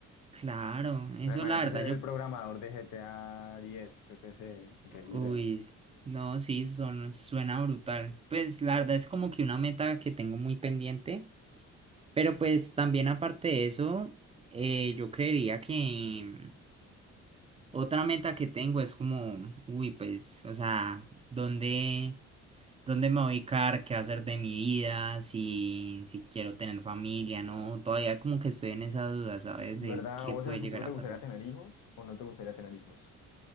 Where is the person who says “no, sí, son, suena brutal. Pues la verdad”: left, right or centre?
Right